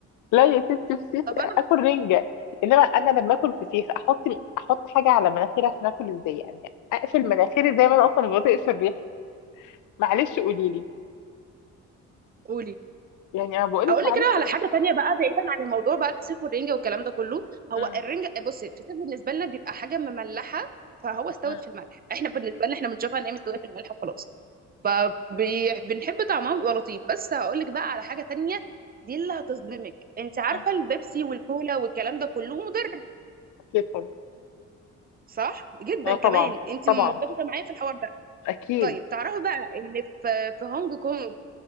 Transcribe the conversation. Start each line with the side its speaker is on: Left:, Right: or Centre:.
Left: لا يا ستي فسيخ
Right: طب
Left: اكل
Right: انا
Left: رنجه انما انا لما اكل فسيخ احط احط حاجه على مناخيري عشان اكل ازاي يعني اقفل مناخيري زي ما انا اصلا ما بطيقش الريح معلش قولي لي
Right: قولي
Left: يعني انا بقول لك
Right: اقول
Left: معلش
Right: لك كده على حاجه تانية بقى بعيدا عن الموضوع بقى الفسيخ والرنجه والكلام ده كله هو
Left: مم.
Right: الرنجه بصي الفسيخ بالنسبه لنا بيبقى حاجه مملحه فهو استوت
Left: مم.
Right: في الملح <laughs> احنا بالنسبه لنا احنا بنشوفها ان هي مستويه في الملح وخلاص فبنحب طعمها بيبقى لطيف بس هقول لك بقى على حاجه تانية دي اللي هتصدمك انت عارفه
Left: مم.
Right: البيبسي والكولا والكلام ده كله مضر
Left: اكيد طبعا
Right: صح جدا
Left: اه طبعا
Right: كمان انت
Left: طبعا
Right: متفقه معايا في الحوار ده
Left: اكيد
Right: طيب تعرفي بقى ان في في هونج كونج